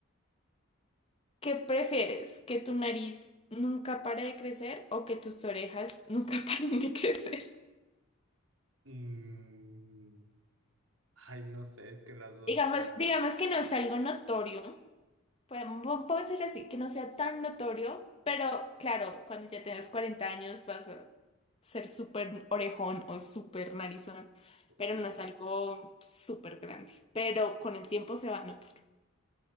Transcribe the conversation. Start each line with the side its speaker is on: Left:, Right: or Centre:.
Left: ¿qué prefieres? ¿Que tu nariz nunca pare de crecer o que tus orejas nunca <laughs> paren de crecer?
Right: Mm, ay, no sé, es que las dos.
Left: Digamos, digamos que no es algo notorio, Podemos, puede ser así, que no sea tan notorio, pero claro, cuando ya tengas 40 años vas a ser súper orejón o súper narizón, pero
Right: uy.
Left: no es algo súper grande, pero con el tiempo se va a notar. <laughs>